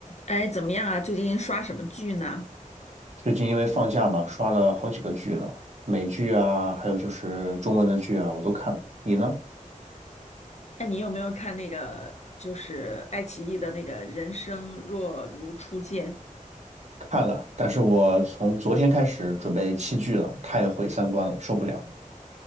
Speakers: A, on the left; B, on the right.
A: 哎，怎么样啊？最近刷什么剧呢？
B: 最近因为放假嘛，刷了好几个剧呢，美剧啊，还有就是中文的剧啊，我都看。你呢？
A: 哎，你有没有看那个就是爱奇艺的那个《人生若如初见》？
B: 看了，但是我从昨天开始准备弃剧了，太毁三观了，受不了。